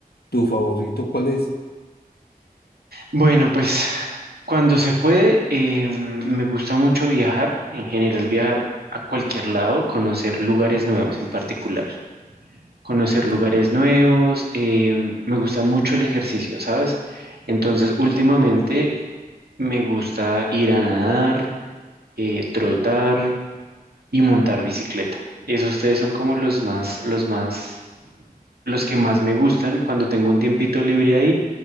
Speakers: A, on the left; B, on the right.
A: ¿tu favorito cuál es?
B: Bueno, pues cuando se puede, eh, me gusta mucho viajar, en general viajar a cualquier lado, conocer lugares nuevos en particular. conocer lugares
A: Que-
B: nuevos, em, me gusta mucho el ejercicio, ¿sabes? Entonces, últimamente me gusta ir a nadar, eh, trotar y montar bicicleta. Esos tres son como los más, los más los que más me gustan cuando tengo un tiempito libre ahí.